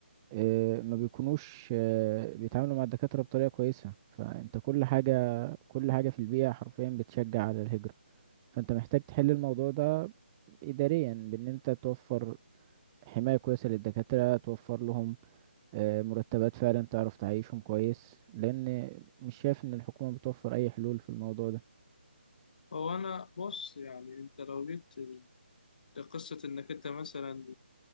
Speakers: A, on the right; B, on the left.
A: آه، ما بيكونوش آه، بيتعاملوا مع الدكاترة بطريقة كويسة فانت كل حاجة كل حاجة في البيئة حرفيا بتشجع على الهجرة فانت محتاج تحل الموضوع ده إداريا بان انت توفر حماية كويسة للدكاترة توفر لهم آه، مرتبات فعلا تعرف تعيشهم كويس لان مش شايف ان الحكومة بتوفر اي حلول في الموضوع ده
B: هو أنا بص يعني أنت لو جيت لقصة إنك أنت مثلا